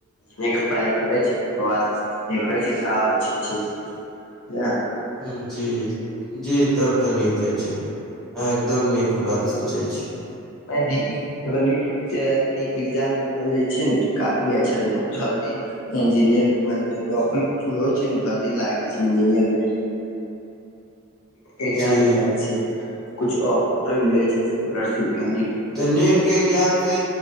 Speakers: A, on the left; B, in the centre.
A: के पढ़ाई करै छै ओकर बाद देखै छै का हो छै या
B: हुँ जी जी तब तऽ नीके छै अहाँ एकदम नीक बात सोचै छी
A: <unintelligible> नीट के ती ए्जाम निकल जाइ छै ने तऽ काफी अच्छा रहै छै जल्दी इंजीनियर मने नौकरी कुछो होइ छै ने जल्दी लागै छै इंजीनियर मे ए्जाम
B: जी
A: निकालै छै कुछ ऑफर मिले छै स्कॉलरशिप मे
B: तऽ नीट के एग्जाम से